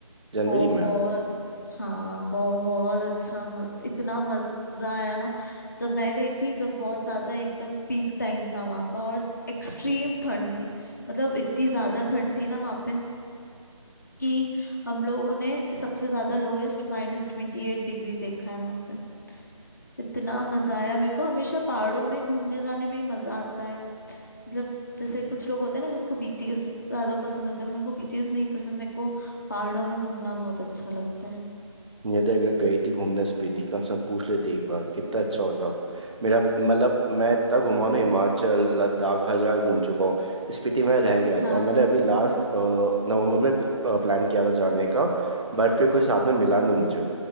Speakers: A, on the right; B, on the left.
A: जनवरी
B: बहुत
A: में
B: हाँ बहुत अच्छा म, इतना मजा आया ना जब मैं गई थी जब बहुत ज्यादा एकदम पीक टाइम था वहां का और एक्सट्रीम ठंड थी मतलब इतनी ज्यादा ठंड थी ना वहां पे कि हम लोगों ने सबसे ज्यादा लोएस्ट माइनस ट्वेंटी एट डिग्री देखा है वहां पे इतना मजा आया मेरे को हमेशा पहाड़ों में घूमने जाने में ही मजा आता है मतलब जैसे कुछ लोग होते हैं ना जिसको बीचेस ज्यादा पसंद होते हैं मेरे को बीचेस नहीं पसंद मेरे को पहाड़ों में घूमना बहुत अच्छा लगता
A: नहीं तो अगर गई थी घूमने स्पीति कम से कम पूछ लेते एक बार कितना अच्छा होता मेरा मतलब मैं इतना घुमा ना हिमाचल लद्दाख हर जगह घूम चुका हूँ स्पीति में रह गया
B: हाँ
A: था और मैंने अभी लास्ट नवंबर में प्लान किया था जाने का बट फिर कोई साथ में मिला नहीं मुझे